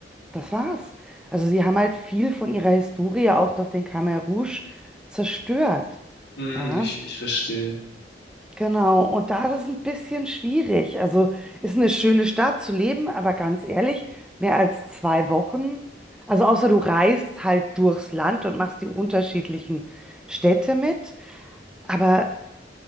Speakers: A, in the centre; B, on the left.
A: das war's. Also, sie haben halt viel von ihrer Historie auch durch den Khmer Rouge zerstört,
B: Mhm.
A: ja.
B: Ich, ich verstehe.
A: Genau, und da ist es ein bisschen schwierig. Also ist eine schöne Stadt zu leben, aber ganz ehrlich, mehr als zwei Wochen. Also außer du reist halt durchs Land und machst die unterschiedlichen Städte mit. Aber